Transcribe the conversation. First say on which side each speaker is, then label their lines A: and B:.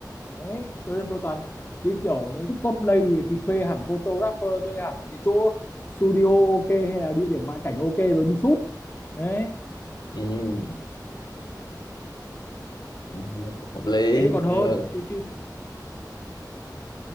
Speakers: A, on the left (about 30°); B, on the left (about 80°).
A: đấy tôi nên tôi toàn đi kiểu nếu thích cosplay thì thuê hẳn photographer thuê hẳn cái chỗ studio ok hay là địa điểm ngoại cảnh ok rồi đi shoot đấy
B: Ừ. Cũng hợp lý
A: thế thì còn
B: như
A: hơn chứ chứ